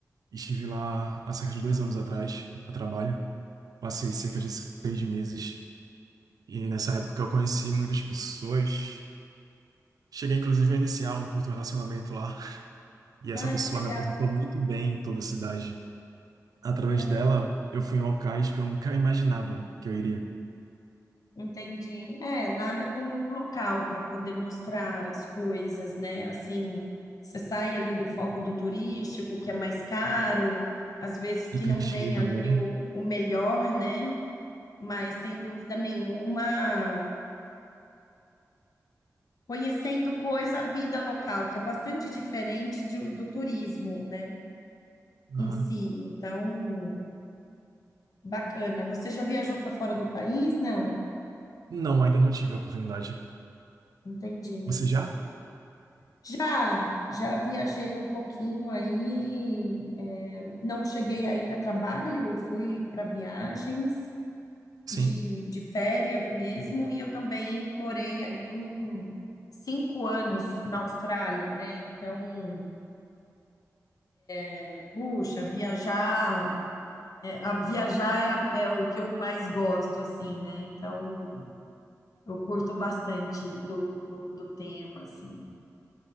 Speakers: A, on the right (about 85°); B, on the left (about 75°).
A: Estive lá há cerca de dois anos atrás, a trabalho. Passei cerca de seis meses e nessa época eu conheci muitas pessoas. Cheguei inclusive a iniciar um curto relacionamento lá e essa
B: Ah,
A: pessoa
B: que legal,
A: me apresentou muito bem em toda a cidade. Através
B: né?
A: dela, eu fui em locais que eu nunca imaginava que eu iria.
B: Entendi. É, nada como um local para poder mostrar as coisas, né? Assim, você sai ali do foco do turístico, que é mais caro, às vezes que
A: E clichê
B: não tem
A: também.
B: ali o, o melhor, né? Mas sem dúvida nenhuma, conhecendo coisa, a vida local, que é bastante diferente de- do turismo, né? Em
A: Aham.
B: si. Então. Bacana. Você já viajou para fora do país? Não,
A: Não, ainda não tive a oportunidade.
B: entendi.
A: Você já?
B: Já, já viajei um pouquinho aí. é, não cheguei a ir a trabalho, eu fui para viagens
A: Sim.
B: de, de férias mesmo, e eu também morei aí um cinco anos na Austrália, né? Então, é, puxa, viajar, é, a- viajar é, a- é o que eu mais gosto, assim, né? Então, eu curto bastante do, do do tema, assim.